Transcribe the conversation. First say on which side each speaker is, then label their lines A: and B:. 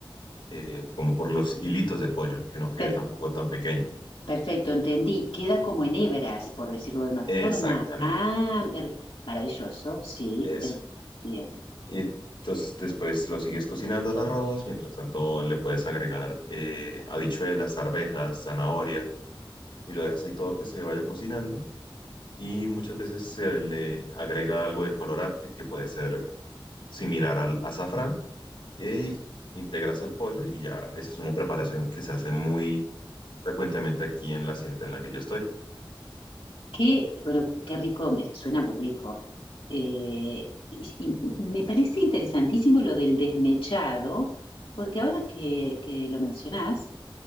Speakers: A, on the left; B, on the left.
A: eh, como por los hilitos de pollo, que no quede
B: per-
A: tampoco tan pequeño.
B: perfecto, entendí. Queda como en hebras, por decirlo de una
A: Exactamente,
B: forma. Ah, per- maravilloso, sí.
A: eso.
B: en- Bien.
A: Y entonces después lo sigues cocinando el arroz, mientras tanto le puedes agregar eh, habichuelas, arvejas, zanahoria y lo dejas ahí todo que se vaya cocinando. Y muchas veces se le agrega algo de colorante que puede ser similar al azafrán y integras el pollo y ya esa es una preparación que se hace muy frecuentemente aquí en la sierra en la que yo estoy.
B: Qué, bueno, qué rico, me, suena muy rico. Eh, y, y me parece interesantísimo lo del desmechado, porque ahora que, que lo mencionás,